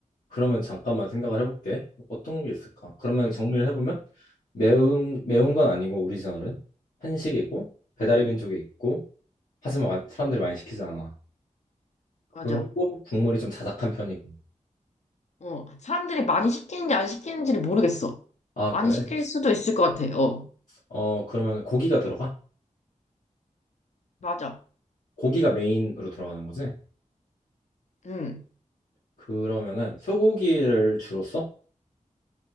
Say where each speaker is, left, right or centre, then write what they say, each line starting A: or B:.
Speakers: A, on the left; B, on the left.
A: 그러면 잠깐만 생각을 해볼게. 어떤 게 있을까? 그러면
B: 응?
A: 정리를 해보면 매운 매운 건 아니고 오리지널은 한식이고 배달의
B: 응?
A: 민족이 있고 하지만 와- 사람들이 많이 시키지 않아.
B: 맞아.
A: 그리고 국물이 좀 자작한 편이고.
B: 어, 사람들이 많이 시키는지 안 시키는지를 모르겠어.
A: 아,
B: 많이
A: 그래?
B: 시킬 수도 있을 것 같아. 어,
A: 어, 그러면 고기가 들어가?
B: 맞아.
A: 고기가 메인으로 들어가는 거지?
B: 응.
A: 그러면은 소고기를 주로 써?